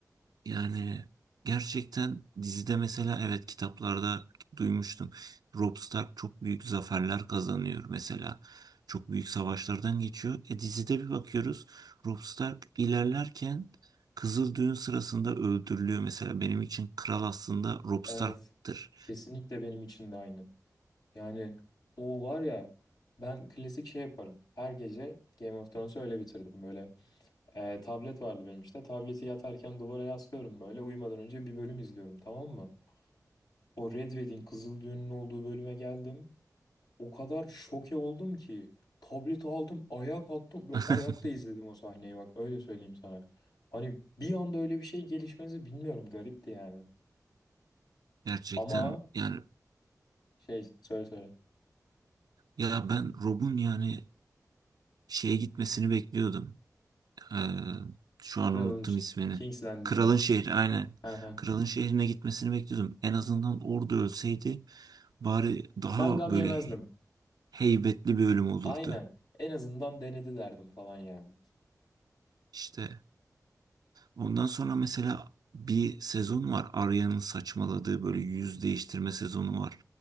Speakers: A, on the right (about 80°); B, on the left (about 80°).
A: yani gerçekten dizide mesela evet kitaplarda duymuştum. Robb Stark çok büyük zaferler kazanıyor mesela. Çok büyük savaşlardan geçiyor. E dizide bir bakıyoruz Robb Stark ilerlerken Kızıl Düğün sırasında öldürülüyor mesela. Benim için kral aslında Robb
B: evet
A: Stark'tır.
B: kesinlikle benim için de aynı. Yani o var ya ben klasik şey yaparım. Her gece Game of Thrones'u öyle bitirdim böyle. E, tablet vardı benim işte. Tableti yatarken duvara yaslıyorum böyle. Uyumadan önce bir bölüm izliyorum tamam mı? O Red Wedding Kızıl Düğün'ün olduğu bölüme geldim. O kadar şoke oldum ki tableti aldım ayağa kalktım ve
A: <laughs>
B: ayakta izledim o sahneyi bak öyle söyleyeyim sana. Hani bir anda öyle bir şey gelişmesi bilmiyorum garipti yani.
A: Gerçekten
B: Ama
A: yani
B: şey söyle söyle.
A: ya ben Rob'un yani şeye gitmesini bekliyordum. Ee, şu an
B: Kralın
A: unuttum
B: Ç-
A: ismini.
B: King's Landing'i.
A: Kralın şehri aynen.
B: Hı hı.
A: Kralın şehrine gitmesini bekliyordum. En azından orada ölseydi bari daha
B: Ben gam
A: böyle
B: yemezdim.
A: heybetli bir ölüm olurdu.
B: Aynen. En azından denedi derdim falan yani.
A: İşte ondan sonra mesela bir sezon var. Arya'nın saçmaladığı böyle yüz değiştirme sezonu var.